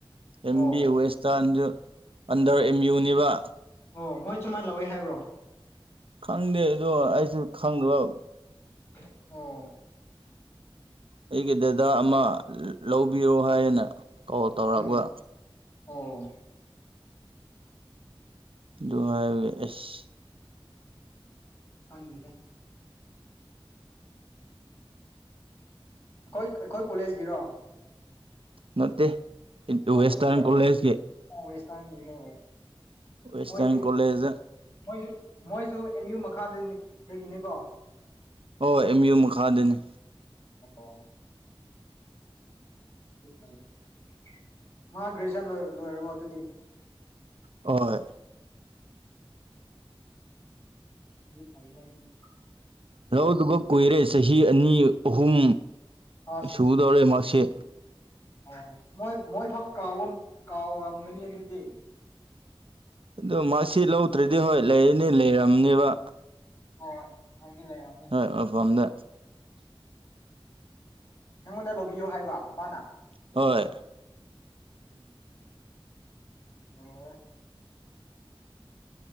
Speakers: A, on the right; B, on the left.
A: ꯑꯦꯝ
B: ꯑꯣ
A: ꯕꯤ ꯋꯦꯁꯇꯥꯟꯁꯨ ꯑꯟꯗꯔ ꯑꯦꯝ ꯌꯨꯅꯤꯕꯥ
B: ꯑꯣ ꯃꯣꯏ ꯁꯨꯃꯥꯏꯟ ꯂꯧꯑꯦ ꯍꯥꯏꯕ꯭ꯔꯣ
A: ꯈꯪꯗꯦ ꯑꯗꯣ ꯑꯩꯁꯨ ꯈꯪꯗ <unintelligible>
B: <unintelligible> ꯑꯣ
A: ꯑꯩꯒꯤ ꯗꯗꯥ ꯑꯃ ꯂ ꯂꯧꯕꯤꯌꯣ ꯍꯥꯏꯌꯦꯅ ꯀꯣꯜ ꯇꯧꯔꯛꯄ
B: ꯎꯝ ꯑꯣ
A: ꯑꯗꯨ ꯍꯥꯏꯕꯒꯤ ꯑꯦꯁ
B: ꯈꯪꯗꯦꯗ ꯑꯩꯈꯣꯏ ꯑꯩꯈꯣꯏ ꯀꯣꯂꯦꯖꯒꯤꯔꯣ
A: ꯅꯠꯇꯦ
B: ꯑꯇꯣꯞꯄꯒꯤꯔꯣ
A: ꯋꯦꯁꯇꯔꯟ ꯀꯣꯂꯦꯖꯀꯤ
B: <unintelligible>
A: ꯋꯦꯁꯇꯔꯟ
B: ꯃꯣꯏꯁꯨ
A: ꯀꯣꯂꯦꯖꯗ
B: ꯃꯣꯏꯁꯨ ꯃꯣꯏꯁꯨ ꯑꯦꯝ ꯌꯨ ꯃꯈꯥꯗꯩꯅꯤ <unintelligible> ꯅꯤꯀꯣ
A: ꯑꯣ ꯑꯦꯝ ꯌꯨ ꯃꯈꯥꯗꯅꯤ
B: ꯑꯣ <unintelligible> ꯃꯥ ꯒ꯭ꯔꯦꯖꯨꯁꯟ ꯂꯣꯢꯔ ꯂꯣꯏꯔꯕꯣ ꯑꯗꯨꯗꯤ
A: ꯍꯣꯏ
B: ꯗꯨ ꯐꯩꯅꯦ ꯑꯗꯨꯗꯤ
A: ꯂꯧꯗꯕ ꯀꯨꯏꯔꯦ ꯆꯍꯤ ꯑꯅꯤ ꯑꯍꯨꯝ
B: ꯑꯁ
A: ꯁꯨꯗꯧꯔꯦ ꯃꯥ꯭ꯔꯛꯁꯤꯠ
B: ꯑꯣ ꯃꯣꯏ ꯃꯣꯏ ꯐꯥꯎ ꯀꯥꯎꯕ ꯃ ꯀꯥꯎꯔꯝ ꯀꯥꯎꯔꯝꯒꯅꯤ ꯑꯗꯨꯗꯤ
A: ꯑꯗꯨ ꯃꯥ꯭ꯔꯛꯁꯤꯠ ꯂꯧꯗ꯭ꯔꯗꯤ ꯍꯣꯏ ꯂꯩꯌꯦꯅꯦ ꯂꯩꯔꯝꯅꯤꯕ
B: ꯍꯣꯏ ꯅꯣꯏꯗꯤ ꯂꯩꯔꯝꯃꯤ__
A: ꯑꯦꯜꯐꯝꯗ
B: ꯅꯪꯉꯣꯟꯗ ꯂꯧꯕꯤꯌꯣ ꯍꯥꯏꯕ ꯃꯥꯅ
A: ꯍꯣꯏ
B: ꯎꯝ ꯂꯣꯏꯌꯦꯍ